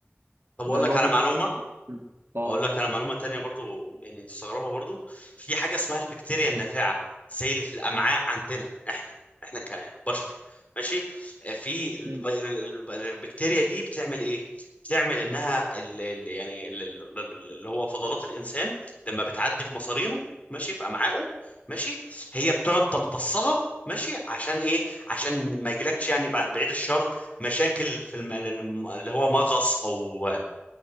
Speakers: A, on the left; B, on the right.
A: طب اقول
B: ان
A: لك
B: هو
A: على
B: بينقل
A: معلومه
B: اه
A: اقول لك انا معلومه تانية برضو يعني تستغربها برضو في حاجه اسمها البكتيريا النافعه زي اللي في الامعاء عندنا احنا احنا كبشر ماشي آه، في الب-
B: مم.
A: الب- البكتيريا دي بتعمل ايه بتعمل انها ال- ال- يعني ال- ال- ال- اللي هو فضلات الانسان لما بتعدي في مصارينه ماشي في امعائه ماشي هي بتقعد تمتصها ماشي عشان ايه عشان ما يجيلكش يعني بع- بعيد الشر مشاكل في الم... اللي هو مغص او